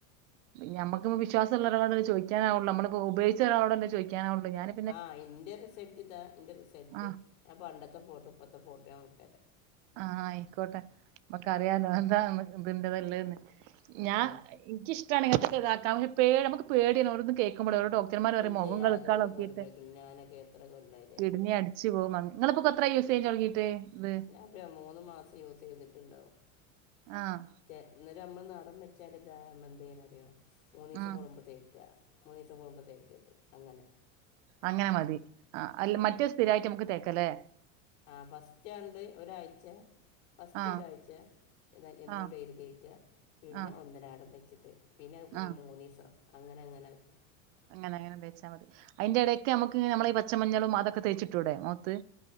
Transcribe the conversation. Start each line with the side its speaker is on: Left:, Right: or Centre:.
Right: ഞമ്മക്കിപ്പം വിശ്വാസള്ളരാളോടല്ലേ ചോയിക്കാനാവുള്ളൂ നമ്മളിപ്പോ ഉയോഗിച്ച ഒരാളോടല്ലേ ചോയിക്കാനാവു ള്ളു ഞാന്
Left: ആഹ് ഇൻ്റെ റിസൽറ്റ് ഇതാ ഇൻ്റെ റിസൽറ്റ്
Right: ആ
Left: ഞാൻ പണ്ടത്തെ ഫോട്ടും ഇപ്പത്തെ ഫോട്ടും ഞാൻ വിട്ടെരാ.
Right: ആഹ് ആയിക്കോട്ടെ ഞമക്കറിയാലോ എന്താ ഇതിൻ്റത്ള്ളേന്ന്. ഞാ
Left: ആ
Right: ഇൻക്ക് ഇഷ്ടാണ് ഇങ്ങത്തെതൊക്കെ ഇതാക്കാം ഒരു പേള് നമ്മക്ക് പേടി ഓരോന്ന് കേക്കുമ്പളെ. ഓരോ ഡോ ക്ടർമാർ പറയും
Left: ഇല്ല
Right: മൊഖോം
Left: യാതൊരു
Right: കെള്ക്കാൻ നോക്കിട്ട്
Left: പോലും വരിക്കില്ല ഞാനൊക്കെ എത്ര കൊല്ലമായി
Right: കിഡ്‌നി
Left: കേരളത്തിട്ട്
Right: അടിച്ചു പോകും മ ഇങ്ങൾ ഇപ്പോ ക്കെത്രായി യൂസെയ്ത് തൊടങ്ങീട്ട് ഇത്.
Left: ആകെ മൂന്ന് മാസം യൂസ് ചെയ്തിട്ടുണ്ടാവും.
Right: ആഹ്
Left: ചെ ഇന്നര് നമ്മള് നെറം വെച്ചാല് താ നമ്മളെന്തെയ്യണം അറിയോ, മൂന്നീസം
Right: ആ
Left: കൂടുമ്പോ തേക്കാ. മൂന്നീസം കൂടുമ്പോ തേക്കര്ത് അങ്ങനെ.
Right: അങ്ങനെ മതി. ആഹ് അല്ല മറ്റെ സ്ഥിരായിട്ട് നമുക്ക് തേക്ക ലേ?
Left: ആഹ് ഫസ്റ്റാണ്ട് ഒരാഴ്ച ഫസ്റ്റ്
Right: ആഹ്
Left: ഒരാഴ്ച എന്ന എന്നും
Right: ആഹ്
Left: ഡെയിലി തേക്കാ പിന്നെ
Right: ആഹ്
Left: ഒന്നരാടം വെച്ചിട്ട്. പിന്നെ പിന്നെ
Right: ആഹ്
Left: മൂന്നിസം അങ്ങനെ അങ്ങനാക്കാ.
Right: അങ്ങന അങ്ങനെ തേച്ചാ മതി. അയിന്റെടെക്കെ നമുക്ക് ങ് നമ്മളെഈ പച്ച മഞ്ഞളും അതൊക്കെ തേച്ചിട്ടൂടെ മോത്ത്.